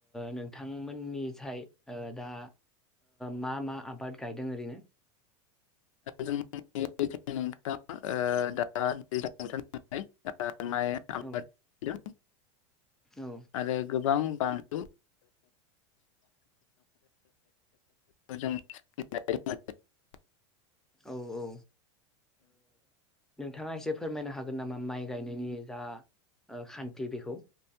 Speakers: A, in the centre; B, on the left (about 85°).
A: नोंथांमोननिसाय दा मा मा आबाद गायदों ओरैनो?
B: जोंनिनो नोंथाङा दा दैज्लां बोथोरनालाय माइ आबादजों
A: औ औ
B: आरो गोबां बानलु जों <unintelligible>
A: औ औ ओ नोंथाङा एसे फोरमायनो हागोन नामा माइ गायनायनि जा खान्थि बेखौ?